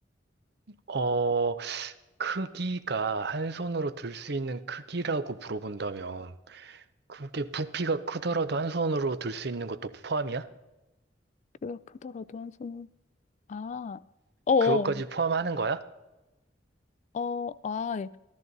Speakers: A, on the right; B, on the left.
A: 어, 크기가 한 손으로 들 수 있는 크기라고 물어본다면 그게 부피가 크더라도 한 손으로 들 수 있는 것도 포함이야?
B: 크기가 크더라도 한 손으로. 아, 어어,
A: 그것까지 포함하는 거야?
B: 어, 어, 아, 예.